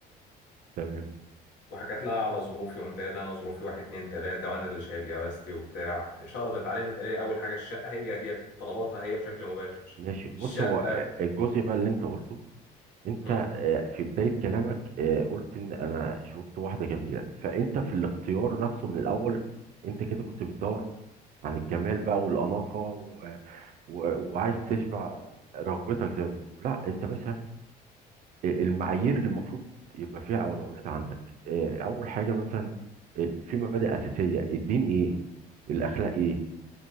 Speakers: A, on the right; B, on the left.
A: تمام
B: وحكت لها على ظروفي وقمت قايل لها انا ظروفي واحد اتنين تلاته وانا اللي شايل جوازتي وبتاع شرطت عليا قالت لي اول حاجه الشقه هي ديت طلباتها هي بشكل مباشر
A: ماشي بص
B: الشقه
A: هو آه، الجزء بقى اللي انت قلته انت
B: مم.
A: آه، في بداية كلامك آه، قلت ان انا شفت واحدة جميلة فانت في الاختيار نفسه من الاول انت كده كنت بتدور عن الجمال بقى والأناقة و... و... وعايز تشبع رغبتك زي ما بيقولوا لا انت بس المعايير اللي المفروض يبقى فيها اولويات عندك آه، اول حاجه مثلا آه، في مبادئ اساسيه الدين ايه الاخلاق ايه